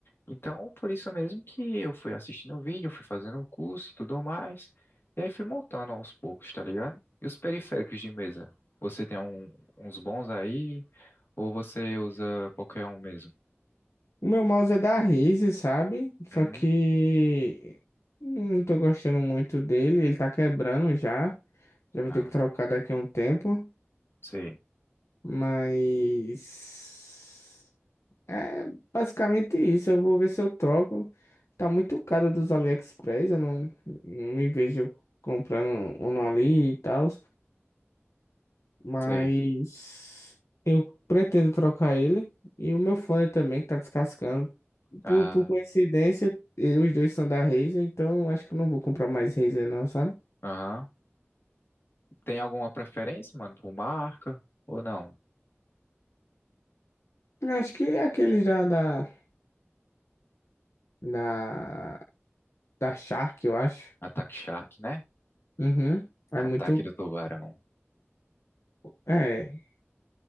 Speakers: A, on the left; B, on the left.
A: Então, por isso mesmo que eu fui assistindo o vídeo, fui fazendo o curso e tudo mais. E aí fui montando aos poucos, tá ligado? E os periféricos de mesa? Você tem um- uns bons aí? Ou você usa qualquer um mesmo?
B: O meu mouse é da Razer, sabe? Só
A: Hum?
B: que não tô gostando muito dele, ele tá quebrando já. Já vou
A: Ah,
B: ter que trocar daqui a um tempo,
A: sei,
B: mas é basicamente isso. Eu vou ver se eu troco. Tá muito caro dos AliExpress, eu não, não me vejo comprando um no Ali e tal. Mas
A: sei.
B: eu pretendo trocar ele e o meu fone também, que tá descascando.
A: Ah,
B: Por, por coincidência, eh, os dois são da Razer, então acho que eu não vou comprar mais Razer não, sabe?
A: aham. Tem alguma preferência, mano, por marca ou não?
B: Eu acho que é aqueles da, da, da, da Shark, eu acho.
A: Ataque Shark, né?
B: Uhum. É muito...
A: Ataque do Tubarão.
B: É,